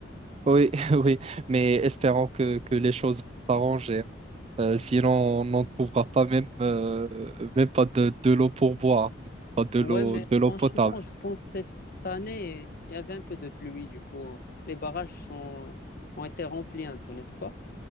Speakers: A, on the right; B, on the left.
A: Oui, <laughs> oui, mais espérons que, que les choses vont s'arranger. hein. Euh, sinon, on n'en trouvera pas même, euh, même pas de, de l'eau pour boire, pas de l'eau,
B: Ouais, mais
A: de l'eau
B: franchement,
A: potable.
B: je pense que cette année, il y avait un peu de pluie. Du coup, les barrages sont, ont été remplis un peu, n'est-ce pas?